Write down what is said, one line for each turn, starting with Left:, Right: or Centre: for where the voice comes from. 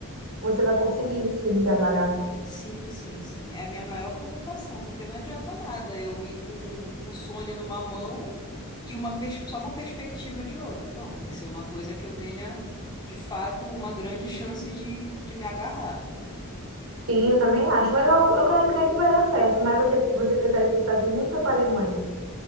Right: você vai conseguir sim trabalhar.
Left: Sim, sim, sim. É a minha maior preocupação, porque não adianta nada eu ir com um sonho numa mão e uma pers- só uma perspectiva de outra. Não, tem que ser uma coisa que eu tenha, de fato, uma grande chance de, de me agarrar.
Right: Sim, eu também acho, mas eu, eu quero crer que vai dar certo. Mas você, você prefere ir para os Estados Unidos ou para a Alemanha?